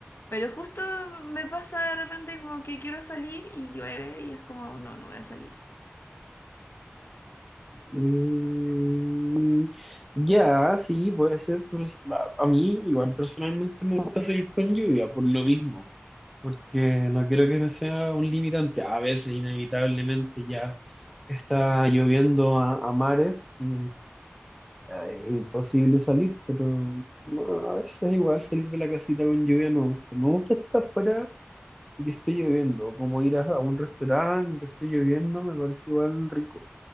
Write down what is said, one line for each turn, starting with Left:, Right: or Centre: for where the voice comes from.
Left: Pero justo me pasa de repente como que quiero salir y llueve y es como, no, no voy a salir.
Centre: Mm, ya, sí, puede ser. pues, a, a mí igual personalmente me gusta seguir con lluvia por lo mismo, porque no quiero que me sea un limitante. A veces inevitablemente ya está lloviendo a, a mares y ya, es imposible salir, pero bueno, a veces igual salir de la casita con lluvia me gusta. Me gusta estar afuera y que esté lloviendo, como ir a, a un restaurante y que esté lloviendo, me parece igual rico,